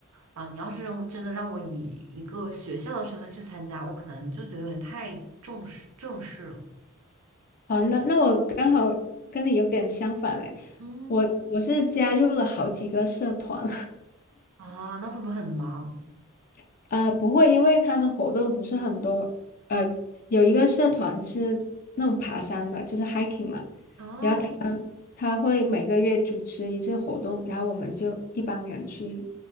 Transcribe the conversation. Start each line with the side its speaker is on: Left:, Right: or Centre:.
Right: 啊、你要是让真的让我以一个学校的身份去参加，我可能就觉得有点太重视正式了
Left: 哦，那那我刚好跟你有点相反嘞，
Right: 嗯，
Left: 我我是加入了好几个社团，
Right: 啊，那会不会很忙
Left: <laughs> 呃，不会，因为他们活动不是很多，呃，有一个社团是那种爬山的，就是 hiking 嘛，
Right: 啊？
Left: 然后他他会每个月主持一次活动，然后我们就一帮人去